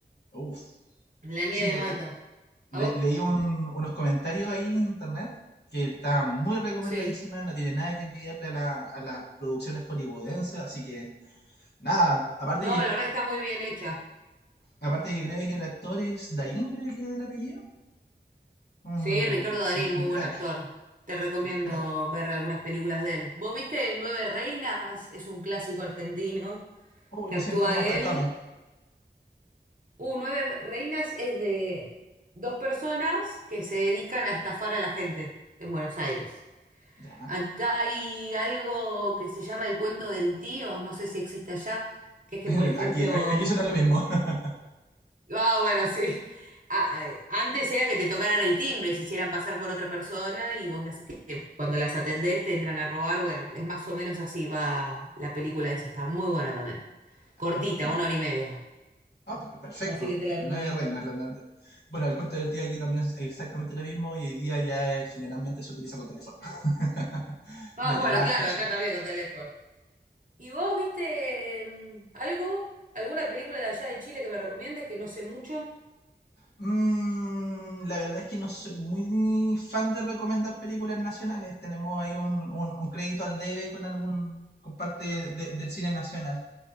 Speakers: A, on the left; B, on the right.
A: Uf.
B: La nieve
A: Sí, me-
B: mata.
A: le-
B: ¿A vos?
A: leí un- unos comentarios ahí en internet que está muy recomendadísima,
B: Sí.
A: no tiene nada que envidiarle a, la- a las producciones hollywoodenses, así que nada, aparte
B: No,
A: que,
B: la verdad que está muy bien hecha.
A: aparte que creo que el actor es Darín, creo que es el apellido, un,
B: Sí, Ricardo
A: un-
B: Darín,
A: un- un
B: muy
A: crack,
B: buen actor. Te recomiendo
A: un crack.
B: ver algunas películas de él. ¿Vos viste Nueve Reinas? Es un clásico argentino
A: Uy,
B: que
A: lo
B: actúa
A: siento, no,
B: él.
A: cuéntame.
B: Uh, Nueve Re- Reinas es de dos personas que se dedican a estafar a la gente en Buenos Aires.
A: Ya,
B: Acá hay algo que se llama el cuento del tío, no sé si existe allá, que es que,
A: <laughs>
B: por ejemplo,
A: aquí, aquí suena lo mismo. <laughs>
B: ah, bueno, sí. A- a- Antes era que te tocaran el timbre y se hicieran pasar por otra persona y vos las, que- que cuando las atendés te entran a robar. Bueno, es más o menos así va la película esa, está muy buena también. Cortita,
A: Ah,
B: una hora y media.
A: ah, per- perfecto,
B: Así que te la
A: nueve
B: recomiendo.
A: reinas. la- la- Bueno, el cuento del tío aquí también es exactamente lo mismo y hoy día ya eh, generalmente se utiliza con teléfono, <laughs>
B: Ah,
A: las
B: bueno,
A: llamadas
B: claro,
A: clásicas.
B: acá también con teléfono. ¿Y vos viste em, algo? ¿Alguna película de allá de Chile que me recomiendes que no sé mucho?
A: Mm, la verdad es que no soy muy fan de recomendar películas nacionales. Tenemos ahí un, un- un crédito al debe con algún con parte de- del cine nacional.